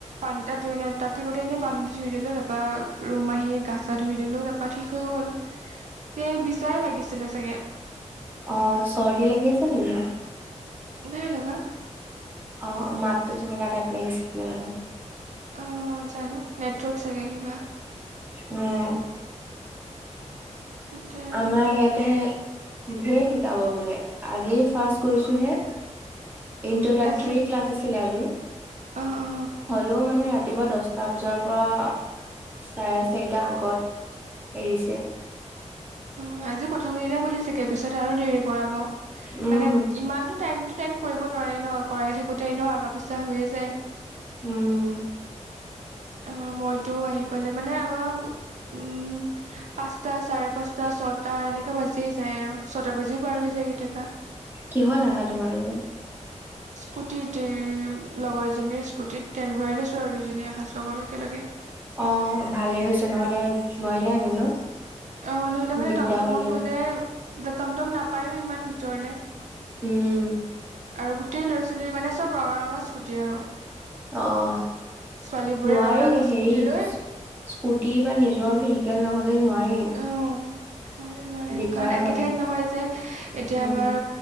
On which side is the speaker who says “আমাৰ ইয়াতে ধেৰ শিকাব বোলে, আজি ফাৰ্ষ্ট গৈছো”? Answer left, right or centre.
Right